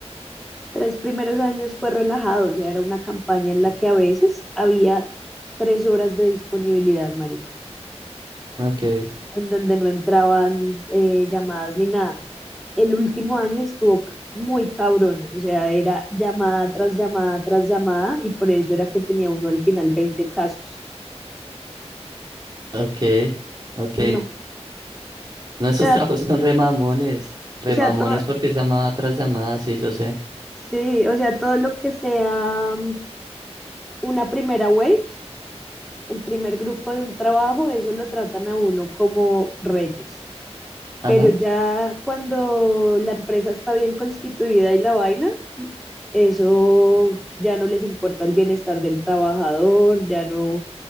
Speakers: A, in the centre; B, on the right.
A: tres primeros años fue relajado, o sea, era una campaña en la que a veces había tres horas de disponibilidad, marica,
B: Ok,
A: en donde no entraban eh, llamadas ni nada. El último año estuvo c- muy cabrón, o sea, era llamada tras llamada tras llamada y por eso era que tenía uno al final 20 casos.
B: ok, ok.
A: No, o
B: No, esos
A: sea,
B: <laughs> trabajos son remamones. Remamones
A: o sea, todo,
B: porque es llamada tras llamada, sí, yo sé.
A: sí, o sea, todo lo que sea mm, una primera wave, el primer grupo de un trabajo, eso lo tratan a uno como reyes.
B: Ajá.
A: pero ya cuando la empresa está bien constituida y la vaina, eso ya no les importa el bienestar del trabajador, ya no,